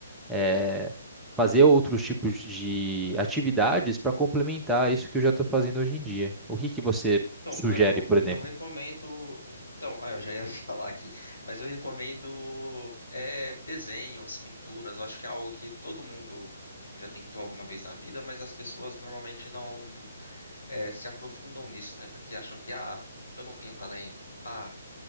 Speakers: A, in the centre; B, on the left.
A: eh, fazer outros tipos de atividades para complementar isso que eu já estou fazendo hoje em dia. O que que você
B: Então,
A: sugere,
B: cara, eu,
A: por exemplo?
B: eu recomendo. Então, ah, eu já ia <laughs> falar aqui, mas eu recomendo é, desenhos, pinturas. Eu acho que é algo que todo mundo já tentou alguma vez na vida, mas as pessoas normalmente não é, se aprofundam nisso, né? Porque acham que, ah, eu não tenho talento, ah,